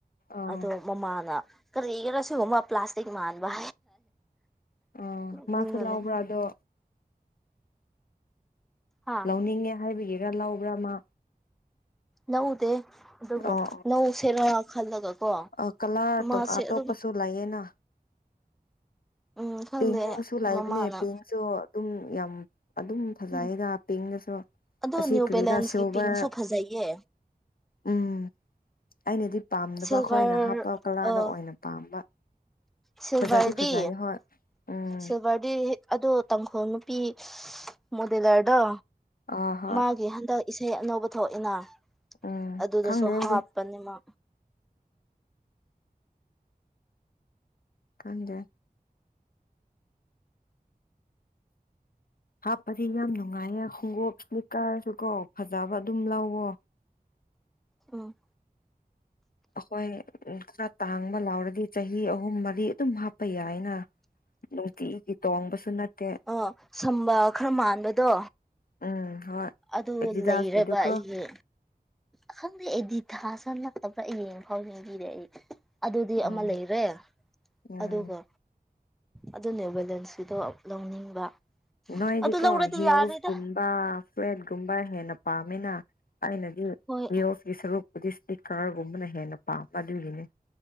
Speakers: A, on the left; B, in the centre.
A: ꯑꯥ
B: ꯑꯗꯣ ꯃꯃꯥꯅ ꯀꯔꯤꯒꯤꯔ ꯁꯤꯒꯨꯝꯕ ꯄ꯭ꯂꯥꯁꯇꯛ ꯃꯥꯟꯕ
A: ꯑ
B: ꯅꯣꯛꯅꯤꯡꯕꯅꯦ
A: ꯃꯥꯁꯨ ꯂꯧꯕ꯭ꯔꯥ ꯑꯗꯣ
B: ꯍꯥ
A: ꯂꯧꯅꯤꯡꯉꯦ ꯍꯥꯏꯕꯒꯤꯔ ꯂꯧꯕ꯭ꯔꯥ ꯑꯃ
B: ꯂꯧꯗꯦ ꯑꯗꯨꯕꯨ
A: ꯑꯣ
B: ꯅꯧ ꯁꯦꯔ ꯈꯜꯂꯒꯀꯣ
A: ꯑꯣ ꯀꯂꯔ
B: ꯃꯥꯁꯦ
A: ꯑꯇꯣꯞꯄꯁꯨ
B: ꯑꯗꯨꯝ
A: ꯂꯩꯌꯦꯅ
B: ꯎꯝ ꯈꯪꯗꯦ
A: ꯄꯤꯡꯁꯨ ꯂꯩꯥꯕꯅꯦ
B: ꯃꯃꯥꯅ
A: ꯄꯤꯡꯁꯨ ꯑꯗꯨꯝ ꯌꯥꯝ ꯑꯗꯨꯝ ꯐꯖꯩꯗ
B: ꯎꯝ
A: ꯄꯤꯡꯗꯁꯨ
B: ꯑꯗꯣ
A: ꯑꯁꯤ
B: ꯅ꯭ꯌꯨ
A: ꯀꯔꯤꯔꯥ
B: ꯕꯦꯂꯦꯟꯁꯀꯤ
A: ꯁꯤꯚꯔ
B: ꯄꯤꯡꯁꯨ ꯐꯖꯩꯌꯦ
A: ꯎꯝ ꯑꯩꯅꯗꯤ ꯄꯥꯝꯗꯕ
B: ꯁꯤꯜꯚꯔ
A: ꯑꯩꯈꯣꯏꯅ ꯍꯥꯞꯄ ꯀꯂꯔꯗ
B: ꯑꯥ
A: ꯑꯣꯏꯅ ꯄꯥꯝꯕ
B: ꯁꯤꯜꯚꯔꯗꯤ
A: ꯐꯖꯗꯤ ꯐꯖꯩ ꯍꯣꯏ ꯎꯝ
B: ꯁꯤꯜꯚꯔꯗꯤ ꯑꯗꯣ ꯇꯥꯡꯈꯣꯜ ꯅꯨꯄꯤ ꯃꯣꯗꯤꯂꯔꯗꯣ
A: ꯑꯥ ꯍꯣꯏ
B: ꯃꯥꯒꯤ ꯍꯟꯗꯛ ꯏꯁꯩ ꯑꯅꯧꯕ ꯊꯣꯛꯏꯅ
A: ꯎꯝ
B: ꯑꯗꯨꯗꯁꯨ
A: ꯈꯪꯗꯦ ꯑꯩꯗꯤ
B: ꯍꯥꯞꯄꯅꯦ ꯃꯥ
A: ꯈꯪꯗꯦ ꯍꯥꯞꯄꯗꯤ ꯌꯥꯝ ꯅꯨꯡꯉꯥꯏꯌꯦ ꯈꯣꯡꯎꯣꯞ ꯏꯁꯂꯤꯛꯀꯔꯁꯨ ꯀꯣ ꯐꯖꯕ ꯑꯗꯨꯝ ꯂꯧꯋꯣ
B: ꯎꯝ
A: ꯑꯩꯈꯣꯏ ꯈꯔ ꯇꯥꯡꯕ ꯂꯧꯔꯗꯤ ꯆꯍꯤ ꯑꯍꯨꯝ ꯃꯔꯤ ꯑꯗꯨꯝ ꯍꯥꯞꯄ ꯌꯥꯏꯅ ꯅꯨꯡꯒꯤ ꯇꯣꯣꯡꯕꯁꯨꯅꯠꯇꯦ
B: ꯑ ꯁꯝꯕ ꯈꯔ ꯃꯥꯟꯕꯗꯣ
A: ꯎꯝ ꯍꯣꯏ
B: ꯑꯗꯨ
A: ꯑꯦꯗꯤꯗꯥꯁꯀꯤꯗꯨꯀꯣ
B: ꯂꯩꯔꯦꯕ ꯑꯩꯒꯤ ꯈꯪꯗꯦ ꯑꯩꯗꯤ ꯊꯥꯁ ꯅꯛꯇꯕ꯭ꯔꯥ ꯌꯦꯡ ꯐꯥꯎ ꯌꯦꯡꯕꯤꯔꯦ ꯑꯩ ꯑꯗꯨꯗꯤ
A: ꯎꯝ
B: ꯑꯃ ꯂꯩꯔꯦ
A: ꯎꯝ
B: ꯑꯗꯨꯒ ꯑꯗꯨꯅꯦꯕꯕꯨꯂꯦꯟꯁꯀꯤꯗꯣ ꯂꯧꯅꯤꯡꯕ
A: ꯅ ꯑꯂꯤ
B: ꯑꯗꯨ
A: ꯀꯣ
B: ꯂꯧꯔꯗꯤ
A: ꯍꯦ
B: ꯌꯥꯔꯦꯗ
A: ꯑꯣꯐ ꯄꯥ ꯐ꯭ꯂꯦꯠꯀꯨꯝꯕ ꯍꯦꯟꯅ ꯄꯥꯝꯃꯤꯅ ꯑꯩꯅꯗꯤ
B: ꯍꯣꯏ
A: ꯕꯤꯌꫭꯁ ꯒꯤ ꯁꯔꯨꯛꯄꯨꯗꯤ ꯏꯁꯄꯤꯀꯔꯒꯨꯝꯕꯅ ꯍꯦꯟꯅ ꯄꯥꯝꯕ ꯑꯗꯨꯒꯤꯅꯤ